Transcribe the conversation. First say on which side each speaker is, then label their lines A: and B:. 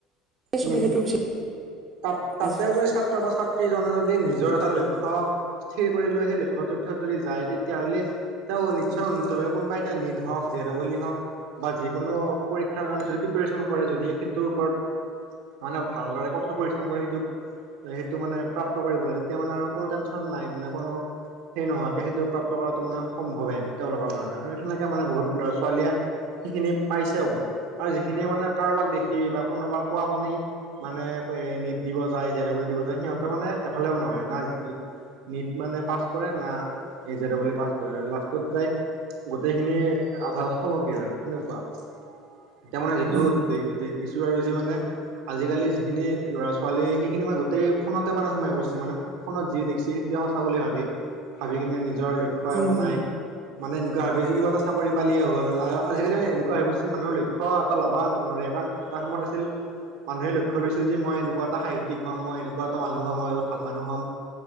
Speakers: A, on the right; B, on the right.
A: চবে
B: উম'
A: সেইটোৰ পিছত
B: তাত তাতে
A: আজি
B: যদি ছাত্ৰ বা ছাত্ৰীজনে যদি নিজৰ এটা লক্ষ্য- থিৰ কৰি লয় সেই লক্ষ্যটোৰ পিছত যদি যায় তেতিয়াহ'লে- ত নিশ্চয় কোনোবা এটা নিদ হওক জেদৱলি হওক- বা যিকোনো পৰীক্ষাৰ কাৰণে যদি প্ৰিপেৰেচন কৰে যদি সেইটোৰ ওপৰত- মানে ভালদৰে কঠোৰ পৰিশ্ৰম কৰি সেইটোক- সেইটো মানে প্ৰাপ্ত কৰিবলৈ তেতিয়া মানে আৰু কোনো টেনশ্যন নাই মানে কোনো- সেই নোহোৱাকে সেইটো প্ৰাপ্ত কৰাটো মানে সম্ভৱে তেওঁলোকৰ কাৰণে আৰু সেনেকে মানে বহুত ল'ৰা ছোৱালীয়ে- সেইখিনি পাইছেও আৰু যিখিনিয়ে মানে কাৰোবাক দেখি বা কোনোবা কোৱা শুনি- মানে কয়হে নিট দিব যায় জে ডাবুল দিব যায়, সিহঁতৰ মানে এফালেও নহয় না যি- নিত মানে পাছ কৰে না এ জে ডাবল ই পাছ কৰে, লাষ্টত যায়- গোটেইখিনি আভাস সামগ্ৰী হয় সেনকুৱা। এতিয়া মানে যিটো
A: উম
B: দে দেখিছো আৰু যি মানে- আজিকালি যিখিনি ল'ৰা ছোৱালী সেইখিনি মই গোটেই ফোনতে মানে সোমাই পৰিছে মানে- ফোনত যি দেখিছি সেইটোৱে সঁচা বুলি ভাবে, ভাবি কিনে নিজৰ লক্ষ্য়
A: উম
B: একো
A: উম
B: নাই। মানে এনেকুৱা ভাবে যে কিবা এটা চাকৰি পালে হ'ল আৰু আজিকালি মানে এনেকুৱা হৈ পৰচি মানুৰ লক্ষ্য- ক্ষ্য এটা ল'বা নোৱাৰে কাৰণ এটা সময়ত আছিল- মানুহে লক্ষ্য লৈছিল যে মই এনেকুৱা এটা সাহিত্যিক হ'ম মই এনেকুৱা এটা মানুহ হম মই এ ভাল মানুহ হ'ম।